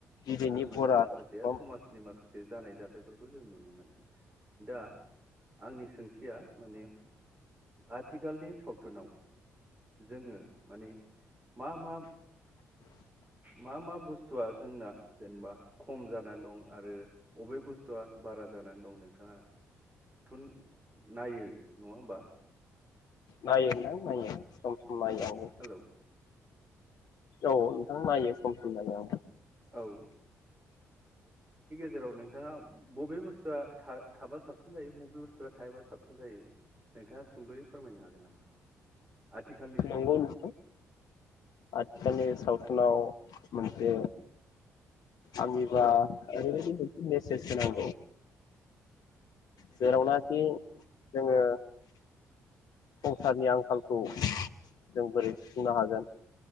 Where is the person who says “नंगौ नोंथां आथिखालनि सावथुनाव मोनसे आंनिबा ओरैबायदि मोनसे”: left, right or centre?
Left